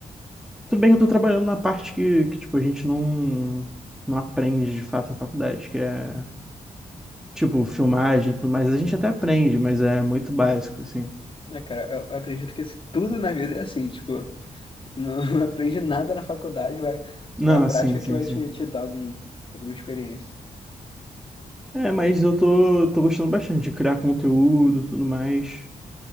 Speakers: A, in the centre; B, on the left.
A: Tudo bem que eu tô trabalhando na parte que, que tipo, a gente não, não aprende de fato na faculdade, que é Tipo, filmagem e tudo mais, a gente até aprende, mas é muito básico, assim.
B: É, cara, eu, eu acredito que isso- tudo na vida é assim, tipo, Não <laughs> aprende nada na faculdade, vai.
A: Não,
B: É a prática
A: sim, sim,
B: que vai
A: sim.
B: te, te dar algum, alguma experiência.
A: É, mas eu tô, tô gostando bastante de criar conteúdo, tudo mais,